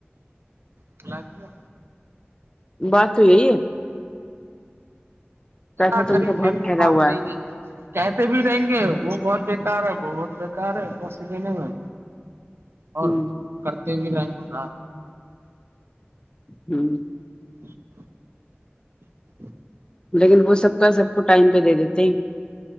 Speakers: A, on the right; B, on the left.
A: کلا دیا
B: بات تو یہی ہے پیسہ
A: ن نہ
B: تو
A: کری
B: ان کا
A: پھر
B: بہت
A: بھی
B: پھیلا
A: مانتے
B: ہوا
A: ہی نہیں <unintelligible> کہتے بھی رہیں گے وہ بہت بیکار ہے وہ بہت بیکار ہےس د نہیں میں
B: ہے
A: اور
B: ہ
A: کرتے بھی رینک ڈ
B: ہوں <unintelligible>
A: <unintelligible> <inaudible>
B: لیکن وہ سب کا سب کو ٹائم پہ دے دیتے ہیں